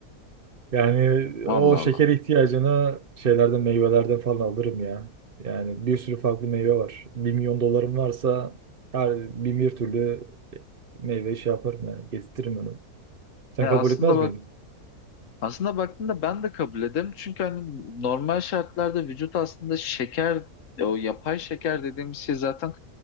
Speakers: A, on the right; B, on the left.
A: Yani
B: Vallahi
A: o şeker
B: Allah.
A: ihtiyacını şeylerden meyvelerden falan alırım ya. Yani bir sürü farklı meyve var. Bir milyon dolarım varsa her bin bir türlü meyve şey yaparım yani gezdiririm Sen
B: Ya
A: kabul
B: aslında
A: etmez
B: bak
A: miydin?
B: Aslında baktığında ben de kabul ederim. Çünkü hani normal şartlarda vücut aslında şeker, o yapay şeker dediğimiz şey zaten